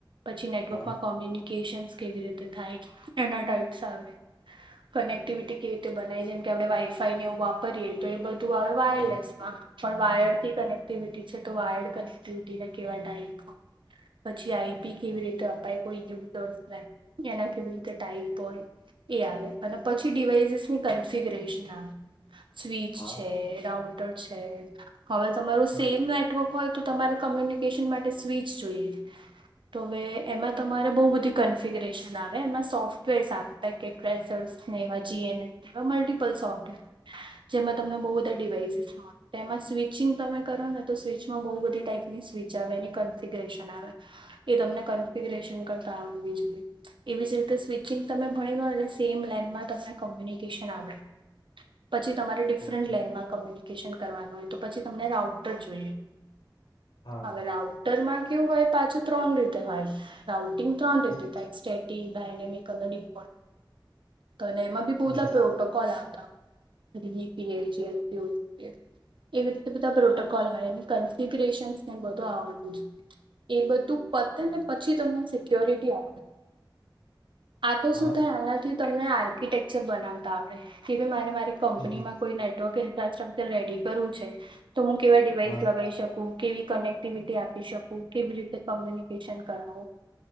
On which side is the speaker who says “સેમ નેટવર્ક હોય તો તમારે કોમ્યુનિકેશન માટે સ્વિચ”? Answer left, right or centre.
Right